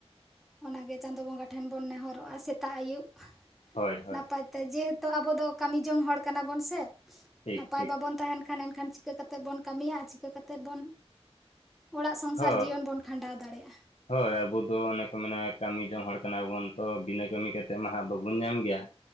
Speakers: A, in the centre; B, on the left (about 80°).
A: ᱚᱱᱟᱜᱮ ᱪᱟᱸᱫᱳ ᱵᱚᱸᱜᱟ ᱴᱷᱮᱱ ᱵᱚᱱ ᱱᱮᱦᱚᱨᱚᱜᱼᱟ ᱥᱮᱛᱟᱜ ᱟᱹᱭᱩᱵ
B: ᱦᱳᱭ ᱦᱳᱭ
A: ᱱᱟᱯᱟᱭ ᱛᱮ ᱡᱮᱦᱮᱛᱩ ᱟᱵᱚ ᱫᱚ ᱠᱟᱹᱢᱤ ᱡᱚᱝ ᱦᱚᱲ ᱠᱟᱱᱟ ᱵᱚᱱ ᱥᱮ,
B: ᱴᱷᱤᱠ
A: ᱱᱟᱯᱟᱭ
B: ᱴᱷᱤᱠ
A: ᱵᱟᱵᱚᱱ ᱛᱟᱦᱮᱸᱱ ᱠᱷᱟᱱ ᱮᱱᱠᱷᱟᱱ ᱪᱤᱠᱟᱹ ᱠᱟᱛ ᱠᱟᱛᱮ ᱛᱮ ᱵᱚᱱ ᱠᱟᱹᱢᱤᱭᱟ ᱟ ᱪᱤᱠᱟᱹ ᱠᱟᱛᱮᱜ ᱵᱚᱱ ᱚᱲᱟᱜ ᱥᱚᱝᱥᱟᱨ
B: ᱦᱳᱭ
A: ᱡᱤᱭᱚᱱ ᱵᱚᱱ ᱠᱷᱟᱸᱰᱟᱣ ᱫᱟᱲᱮᱭᱟᱜᱼᱟ?
B: ᱦᱳᱭ ᱟᱵᱩ ᱫᱚ ᱚᱱᱮ ᱠᱚ ᱢᱮᱱᱟ ᱠᱟᱹᱢᱤ ᱡᱚᱝ ᱦᱚᱲ ᱠᱟᱱᱟᱵᱚᱱ ᱛᱚ ᱵᱤᱱᱟᱹ ᱠᱟᱹᱢᱤ ᱠᱟᱛᱮᱜ ᱢᱟ ᱦᱟᱸᱜ ᱵᱟᱵᱚᱱ ᱧᱟᱢ ᱜᱮᱭᱟ᱾